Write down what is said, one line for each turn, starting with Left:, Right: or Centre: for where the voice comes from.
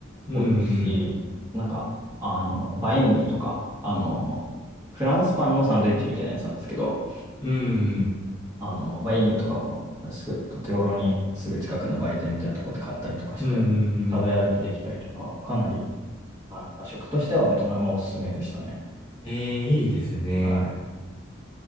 Left: うん、
Right: 多いですし、
Left: うん、
Right: なんか、あの、バインミーとか、あの、フランスパンのサンドイッチみたいなやつなんですけど、
Left: うん、
Right: あの、まあ、意味とかも、すぐ、手頃にすぐ近くの売店みたいなところで買ったりとかして、
Left: うん、う
Right: 食べ歩きできたりとか、
Left: ん。
Right: かなり、はい、あ、食としてはベトナムはおすすめでしたね。
Left: ええー、いいですね。
Right: はい。あ